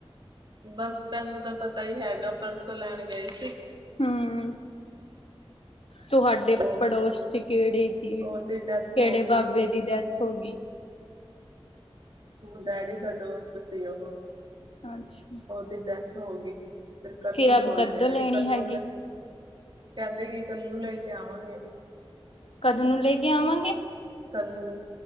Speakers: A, on the right (about 50°); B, on the left (about 75°).
A: ਬਸ, ਤੈਨੂੰ ਤਾਂ ਪਤਾ ਈ ਹੈਗਾ ਪਰਸੋਂ ਲੈਣ ਗਏ ਸੀ।
B: ਹੂੰ। ਤੁਹਾਡੇ
A: ਉਹਦੀ
B: ਪੜੋਸ ਚ ਕੇੜੇ ਦੀ,
A: ਉਹਦੀ
B: ਕੇੜੇ
A: ਡੈਥ ਹੋ ਗਈ
B: ਬਾਬੇ ਦੀ ਡੈਥ ਹੋਗੀ।
A: ਬ ਡੈਡੀ ਦਾ ਦੋਸਤ ਸੀ ਓਹ।
B: ਅੱਛਾ।
A: ਔਦੀ ਡੈਥ ਹੋਗੀ। ਫਿਰ ਕੱਲ
B: ਫਿਰ
A: ਨੂੰ
B: ਅਬ
A: ਬੋਲਦੇ
B: ਕਦੋਂ
A: ਐ
B: ਲੈਣੀ
A: ਕਿ ਕੱਲ
B: ਹੈਗੀ,
A: ਨੂੰ ਲੈ ਕੈਂਦੇ ਕਿ ਕੱਲ ਨੂੰ ਲੈ ਕੇ ਆਵਾਂਗੇ।
B: ਕਦ ਨੂੰ ਲੇ ਕੇ ਆਵਾਂਗੇ?
A: ਕਲ ਨੂੰ।